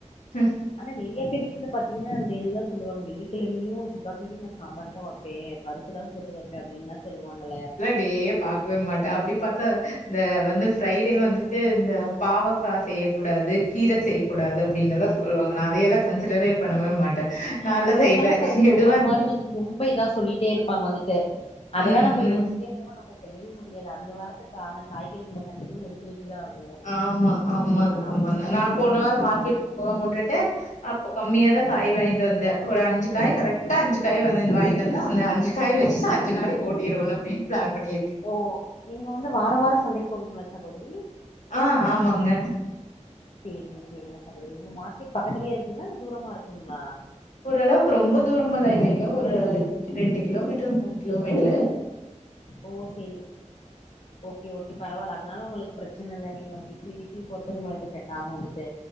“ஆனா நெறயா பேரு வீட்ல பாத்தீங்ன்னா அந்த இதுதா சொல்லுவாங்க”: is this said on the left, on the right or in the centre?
Left